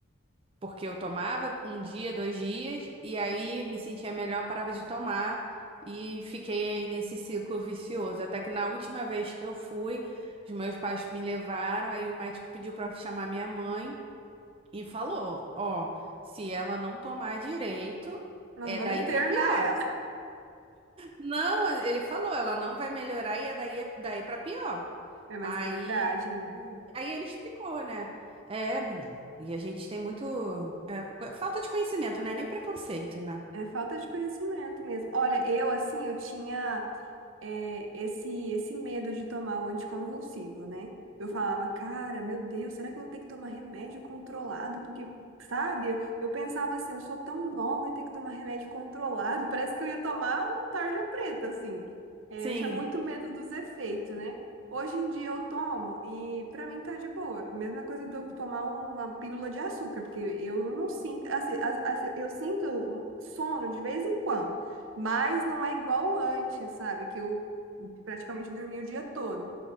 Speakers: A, on the right; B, on the right.
A: Porque eu tomava um dia, dois dias, e aí me sentia melhor, parava de tomar e fiquei aí nesse ciclo vicioso. Até que na última vez que eu fui, os meus pais me levaram, aí o médico pediu para chamar minha mãe e falou: Ó, se ela não tomar direito,
B: Nós
A: é
B: vamos
A: daí
B: internar
A: para pior.
B: ela.
A: Não, ele falou, ela não vai melhorar e é daí, é daí pra pior.
B: É, mas
A: Aí,
B: é verdade, né?
A: aí ele explicou, né? É, menina, e a gente tem muito. é, falta de conhecimento, né? Nem preconceito, né?
B: É falta de conhecimento mesmo. Olha, eu assim, eu tinha. é, esse, esse medo de tomar o anticonvulsivo, né? Eu falava, cara, meu Deus, será que eu vou ter que tomar remédio controlado? Porque, sabe, eu, eu pensava assim, eu sou tão nova e ter que tomar remédio controlado. Parece que eu ia tomar um tarja preta, assim. É,
A: Sim.
B: eu tinha muito medo dos efeitos, né? Hoje em dia eu tomo e pra mim tá de boa. Mesma coisa de eu tomar uma pílula de açúcar, porque eu não sinto, assim, as- as- eu sinto sono de vez em quando. Mas não é igual antes, sabe? Que eu praticamente dormi o dia todo.